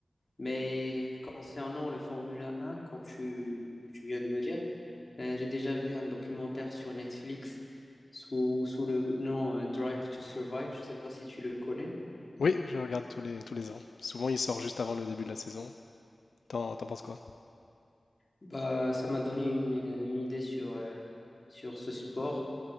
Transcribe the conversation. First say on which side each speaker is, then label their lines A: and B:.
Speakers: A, on the left (about 35°); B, on the left (about 80°).
A: Mais concernant le Formula 1, comme tu, tu viens de me dire, Euh, j'ai déjà vu un documentaire sur Netflix sous, sous le nom euh, Drive to Survive. Je ne sais pas si tu le connais.
B: Oui, je regarde tous les, tous les ans. Souvent, il sort juste avant le début de la saison. T'en, t'en penses quoi?
A: Bah, ça m'a donné une, une idée sur, euh, sur ce sport